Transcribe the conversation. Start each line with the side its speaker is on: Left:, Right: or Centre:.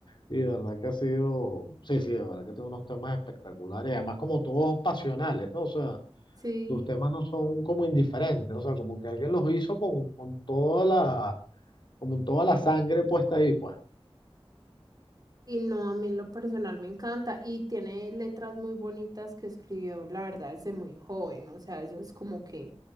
Left: y de verdad que ha sido, sí, sí, de verdad que tiene unos temas espectaculares, además como todos pasionales, ¿no? O sea,
Right: Sí.
Left: tus temas no son como indiferentes, o sea, como que alguien los hizo con, con toda la, como en toda la sangre puesta ahí, pues.
Right: Y no, a mí en lo personal me encanta y tiene letras muy bonitas que escribió, la verdad, desde muy joven. O sea, eso es como que